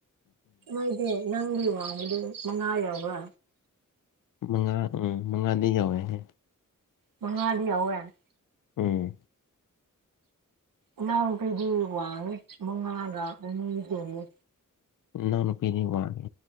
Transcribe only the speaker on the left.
ꯃꯉꯥ ꯎꯝ ꯃꯉꯥꯗꯤ ꯌꯧꯋꯦꯍ
ꯑꯣꯝ
ꯏꯅꯥꯎ ꯅꯨꯄꯤꯗꯤ ꯋꯥꯉꯦ